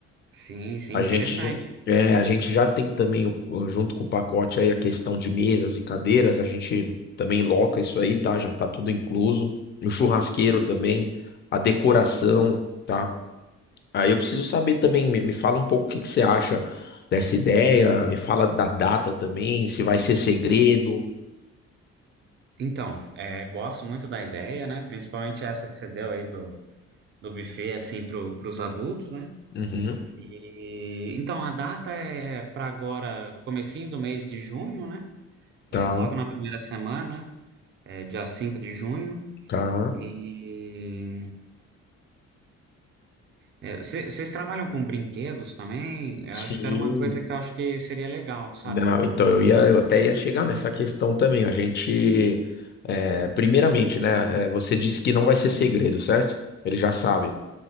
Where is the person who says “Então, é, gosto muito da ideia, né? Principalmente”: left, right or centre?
Right